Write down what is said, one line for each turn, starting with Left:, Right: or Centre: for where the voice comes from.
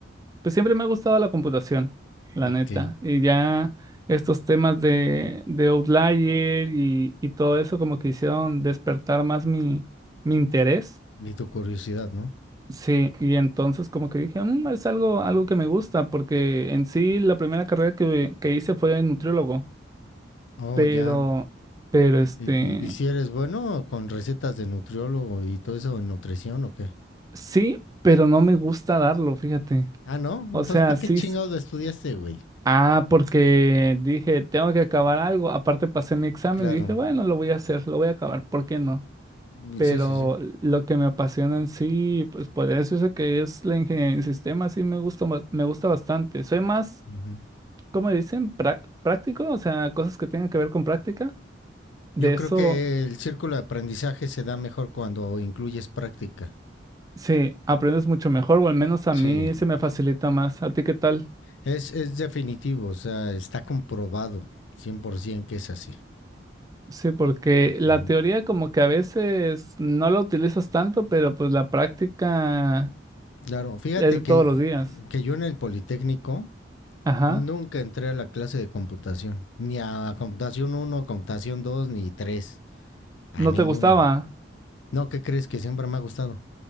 Right: Pues siempre me ha gustado la computación, la
Left: ok,
Right: neta. Y ya estos temas de, de Outlier y, y todo eso como que hicieron despertar más mi, mi interés.
Left: ni tu curiosidad, ¿no?
Right: Sí, y entonces como que dije, "Mm, es algo, algo que me gusta, porque en sí la primera carrera que, que hice fue nutriólogo,
Left: Oh,
Right: pero,
Left: ya.
Right: pero este,
Left: ¿Y, y- y si eres bueno con recetas de nutriólogo y todo eso de nutrición o qué?
Right: sí, pero no me gusta darlo, fíjate.
Left: Ah, ¿no?
Right: O
Left: Entonces,
Right: sea,
Left: ¿para
Right: sí,
Left: qué chingados estudiaste, güey?
Right: Ah, porque dije, tengo que acabar algo. Aparte pasé mi examen
Left: Claro.
Right: y dije, bueno, lo voy a hacer, lo voy a acabar, ¿por qué no?
Left: Mm,
Right: Pero
Left: Sí, sí, sí.
Right: lo que me apasiona en sí, pues podría decirse que es la ingeniería en sistemas, sí me gusta, bas- me gusta bastante. Soy más,
Left: Ujú.
Right: como dicen? Prá- práctico, o sea, cosas que tengan que ver con práctica. De
Left: Yo creo
Right: eso,
Left: que el círculo de aprendizaje se da mejor cuando incluyes práctica.
Right: sí, aprendes mucho mejor, o al menos a
Left: Sí.
Right: mí se me facilita más. ¿A ti qué tal?
Left: Es, es definitivo, o sea, está comprobado 100% que es así.
Right: Sí, porque la
Left: Ujú.
Right: teoría como que a veces no la utilizas tanto, pero pues la práctica...
Left: Claro, fíjate
Right: Es de todos
Left: que,
Right: los días.
Left: que yo en el Politécnico
Right: Ajá.
Left: nunca entré a la clase de computación, ni a computación uno computación 2 ni tres a
Right: No
Left: ninguna.
Right: te gustaba.
Left: No, ¿qué crees? Que siempre me ha gustado.